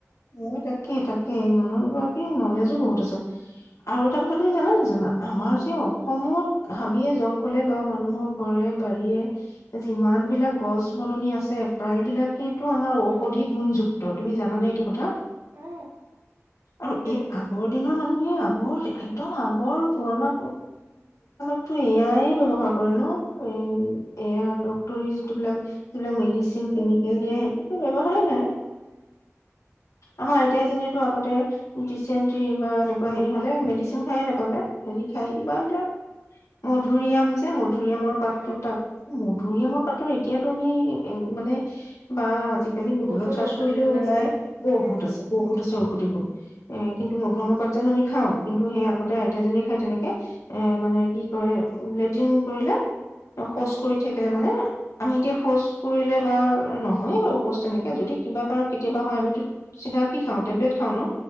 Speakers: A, on the left; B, on the right.
A: ম তাকেই তাকেই এই মানুহগৰাকীৰ নলেজো বহুত আছে আৰু এটা কথা তুমি জানা নেজানা আমাৰ যে অসমত হাবিয়ে জংঘলে বা মানুহৰ ঘৰে বাৰীয়ে যিমান বিলাক গছ বননি আছে প্ৰায়বিলাকেইটো আমাৰ ঔষধি গুণযুক্ত তুমি জানা নে এইটো কথা
B: অ হয়
A: আৰু
B: সেইটোৱে
A: এই আগৰ দিনৰ মানুহ আগৰ একদম আগৰ পুৰণা <unintelligible> টো এয়াই ব্যবহাৰ কৰে ন এয়া এই ডাক্টৰী যিটো বিলাক বিলাক মেডিচিন কেমিকেল দিয়ে সেইতুটো ব্যৱহাৰেই নাই আমাৰ আইতা জনীয়ে টো আগতে দিচেন্ত্ৰী বা এনেকুৱা সেই হলে মেডিচিন খাইয়ে নাপালে হেৰি খাই কিবা এইবিলাক মধুৰিআম যে মধু ধুৰিআমৰ পাতটো
B: অ
A: তাত ভুৰিআমৰ পাটৰ, এতিয়াতো আমি মানে বা আজিকালি গুগলত
B: বহুত
A: চাৰ্চ
B: ঔষধি
A: কৰিলেও,
B: গুণ
A: ওলায়।
B: আছে ন
A: বহুত
B: উম
A: আছে, বহুত আছে, টি গুণ এ কিন্তু, মধুআমৰ পাত যেন আমি খাওঁ, কিন্তু সেই আগতে আইতাজীয়ে খাই তেনেকে, এ মানে কি কৰে লেট্ৰিন কৰিলে, শৌচ
B: উম
A: কৰি থাকিলে মানে আমি এতিয়া শৌচ কৰিলে, বা নহয়ে বাৰু শৌচ তেনেকে যদি কিবা কাৰত কেতিয়াবা হয়, আমি চিধা কি খাওঁ, টেবলেট খাও ন।